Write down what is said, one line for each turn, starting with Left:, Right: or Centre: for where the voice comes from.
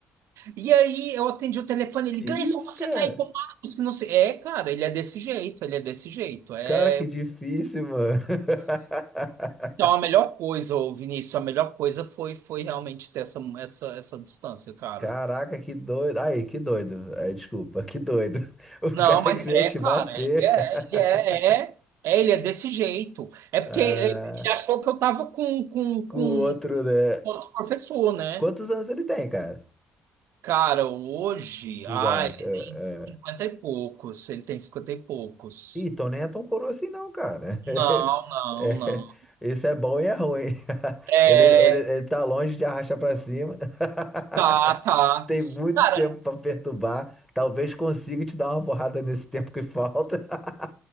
Right: E aí eu atendi o telefone,
Centre: Que
Right: ele, Gleison,
Centre: isso,
Right: você
Centre: cara?
Right: tá aí com o Marcos, que não sei. É, cara, ele é desse jeito, ele é desse jeito. É,
Centre: Cara, que difícil, mano. <laughs>
Right: então a melhor coisa, ô, Vinícius, a melhor coisa foi foi realmente ter essa, essa, essa distância, cara.
Centre: Caraca, que doido. Aí, que doido. Ai, desculpa, que doido. <laughs> O
Right: Não,
Centre: cara
Right: mas
Centre: queria
Right: é,
Centre: te
Right: cara,
Centre: bater.
Right: ele é,
Centre: <laughs>
Right: ele é, é, é, ele é desse jeito. É porque
Centre: Ah,
Right: ele achou que eu tava com, com,
Centre: com
Right: com
Centre: o outro, né?
Right: outro professor, né?
Centre: Quantos anos ele tem, cara?
Right: Cara, hoje,
Centre: Tu
Right: ah,
Centre: acha?
Right: ele tem
Centre: Ah,
Right: 50
Centre: ah.
Right: e poucos, ele tem 50 e poucos.
Centre: Ih, então nem é tão coroa assim, não, cara. <laughs>
Right: Não, não,
Centre: É,
Right: não.
Centre: isso é bom e é ruim. <laughs>
Right: É,
Centre: Ele, ele, ele tá longe de arrastar pra cima.
Right: tá,
Centre: <laughs>
Right: tá.
Centre: Tem muito
Right: Cara,
Centre: tempo pra perturbar. Talvez consiga te dar uma porrada nesse tempo que falta. <laughs>